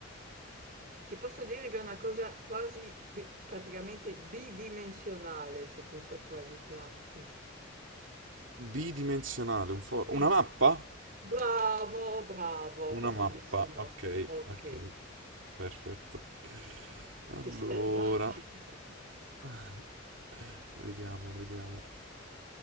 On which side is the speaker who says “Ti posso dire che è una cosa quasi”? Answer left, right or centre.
Right